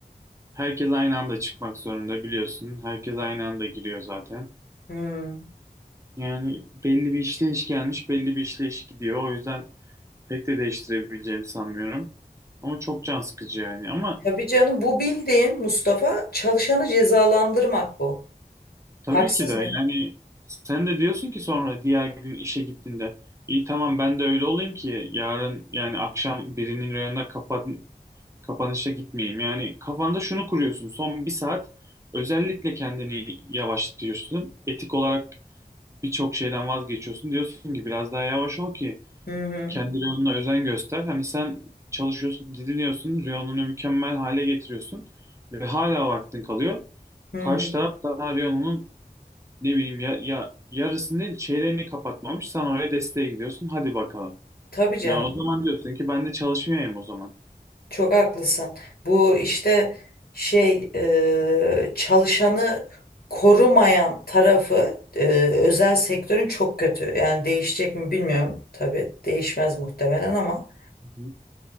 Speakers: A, on the right; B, on the left.
A: Herkes aynı anda çıkmak zorunda biliyorsun. Herkes aynı anda giriyor zaten.
B: Hmm.
A: Yani belli bir işleyiş gelmiş, belli bir işleyiş gidiyor. O yüzden Pek de değiştirebileceğimi sanmıyorum. Ama çok can sıkıcı yani. Ama
B: Tabii canım bu bildiğin Mustafa çalışanı cezalandırmak bu.
A: tabii
B: Haksız
A: ki de
B: mıyım?
A: yani sen de diyorsun ki sonra diğer gün işe gittiğinde iyi tamam ben de öyle olayım ki yarın yani akşam birinin reyonuna kapan kapanışa gitmeyeyim. Yani kafanda şunu kuruyorsun son bir saat özellikle kendini yavaşlatıyorsun. Etik olarak birçok şeyden vazgeçiyorsun. Diyorsun ki biraz daha yavaş ol ki
B: Hı hı.
A: Kendi reyonuna özen göster. Hani sen çalışıyorsun, didiniyorsun, reyonunu mükemmel hale getiriyorsun ve hala vaktin kalıyor.
B: Hı
A: Karşı
B: hı.
A: taraf daha reyonunun ne bileyim ya, ya yarısını değil çeyreğini kapatmamış. Sen oraya desteğe gidiyorsun. Hadi bakalım.
B: Tabii canım.
A: Yani o zaman diyorsun ki ben de çalışmayayım o zaman.
B: Çok haklısın. Bu işte şey e, çalışanı korumayan tarafı e, özel sektörün çok kötü. Yani değişecek mi bilmiyorum. Tabii değişmez muhtemelen ama
A: Hı hı.